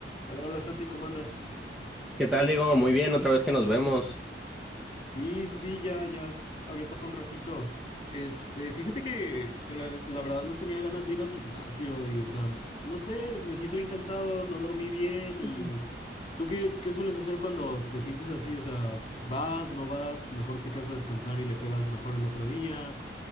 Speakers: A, on the left (about 30°); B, in the centre.
A: Hola, hola Santi, ¿cómo andas?
B: ¿Qué tal, Diego? Muy bien, otra vez que nos vemos.
A: Sí, sí, sí, ya, ya había pasado un ratito. Este, fíjate que, que la, la verdad no tenía ganas de ir al gimnasio y, o sea, no sé, me siento bien cansado, no dormí bien y...
B: Ujú.
A: ¿Tú qué, qué sueles hacer cuando te sientes así? O sea, vas, no vas, mejor te quedas a descansar y le pegas mejor el otro día.